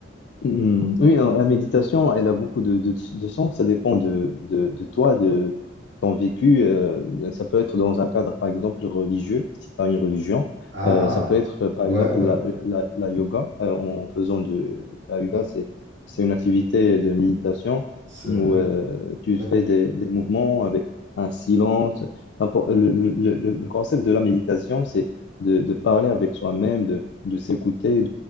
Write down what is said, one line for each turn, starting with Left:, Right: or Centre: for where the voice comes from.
Left: Hmm, Oui, euh, la méditation, elle a beaucoup de, de, de sens. Ça dépend de, de, de toi, de ton vécu. euh, ça peut être dans un cadre, par exemple, religieux, si tu as une religion.
Right: Ah,
Left: Euh, ça peut être, euh, par
Right: ouais,
Left: exemple,
Right: ouais.
Left: la, la, la yoga. euh, en faisant de la yoga,
Right: Bon,
Left: c'est, c'est une activité de méditation
Right: C'est
Left: où
Right: vrai.
Left: euh, tu
Right: Ok.
Left: fais des, des mouvements avec un silence. N'importe- Le, le, le- le concept de la méditation, c'est de, de parler avec soi-même, de, de s'écouter,